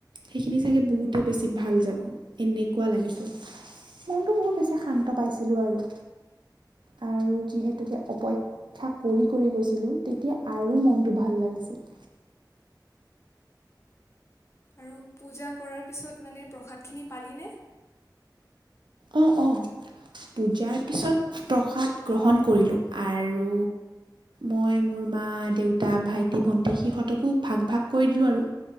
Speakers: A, on the right; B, on the left.
A: সেইখিনি চাগে বহুতে বেছি ভাল যাব, এনেকুৱা লাগিছিল, মনটো বহুত বেছি শান্ত পাইছিলোঁ আৰু। আৰু যিহেতুকে অপ ক্ষা কৰি, কৰি গৈছিলোঁ তেতিয়া আৰু মনটো ভাল লাগিছিল।
B: আৰু পূজা কৰাৰ পিছত মানে, প্ৰসাদখিনি পালিনে?
A: অ', অ'। পূজাৰ পিছত প্ৰসাদ গ্ৰহণ কৰিলোঁ, আৰু মই মোৰ মা, দেউতা, ভাইটি, ভন্টি সিহঁতকো ভাগ ভাগ কৰি দিলোঁ আৰু।